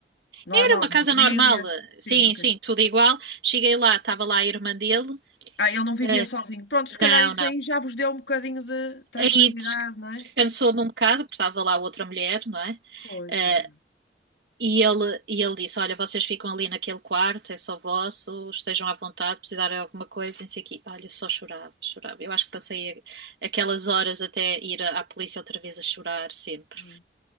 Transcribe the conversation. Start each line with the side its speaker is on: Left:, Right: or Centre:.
Left: normal,
Right: Era uma
Left: né?
Right: casa
Left: mobílias.
Right: normal, eh,
Left: Sim,
Right: sim,
Left: ok.
Right: sim, tudo igual. Cheguei lá, estava lá a irmã dele.
Left: Ah, ele não vivia
Right: Eh,
Left: sozinho. Pronto, se calhar
Right: não,
Left: isso
Right: não.
Left: aí já vos deu um bocadinho de tranquilidade,
Right: Aí
Left: não é?
Right: descansou-me um bocado, porque estava lá outra mulher, não é?
Left: Pois,
Right: Eh,
Left: menina.
Right: e ele, e ele disse: Olha, vocês ficam ali naquele quarto, é só vosso, estejam à vontade, precisarem de alguma coisa, não sei o quê. Olha, só chorava, chorava. Eu acho que passei a- aquelas horas até ir à, à polícia outra vez a chorar sempre,
Left: Hum,